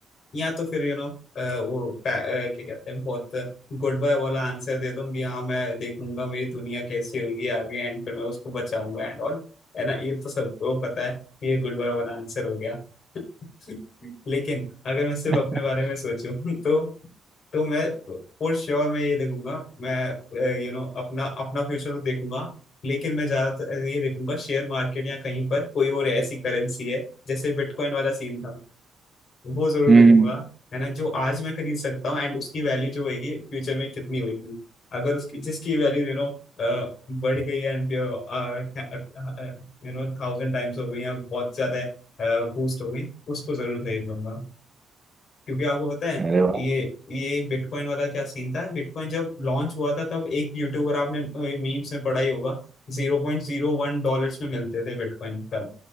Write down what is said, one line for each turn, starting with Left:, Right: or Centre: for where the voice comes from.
Left: या तो फिर यू नो वो पै- अ, क्या कहते हैं बहुत गुड बाय वाला आंसर दे दूं कि हाँ मैं देखूंगा मेरी दुनिया कैसी होगी आगे एंड फिर मैं उसको बचाऊंगा एंड ऑल है ना ये तो सबको पता है ये गुड बाय वाला आंसर हो गया <laughs> लेकिन अगर मैं सिर्फ
Right: <laughs>
Left: अपने बारे में सोचूं <laughs> तो तो मैं फॉर श्योर मैं ये देखूंगा मैं यू नो अपना अपना फ्यूचर तो देखूंगा लेकिन मैं ज्यादातर ये देखूंगा शेयर मार्केट या कहीं पर कोई और ऐसी करेंसी है जैसे बिटकॉइन वाला सीन था वो जरूर
Right: हम्म
Left: देखूंगा है ना जो आज मैं खरीद सकता हूँ एंड उसकी वैल्यू जो होगी फ्यूचर में कितनी होगी अगर उसकी जिसकी वैल्यू यू नो बढ़ गई एंड यू नो थाउजेंड टाइम्स हो गई या बहुत ज्यादा बूस्ट हो गई उसको जरूर खरीद लूंगा क्योंकि आपको पता है
Right: अरे वाह
Left: ये ये बिटकॉइन वाला क्या सीन था बिटकॉइन जब लॉन्च हुआ था तब एक यूट्यूबर आपने मीम्स में पढ़ा ही होगा जीरो पॉइंट जीरो वन डॉलर्स में मिलते थे बिटकॉइन तब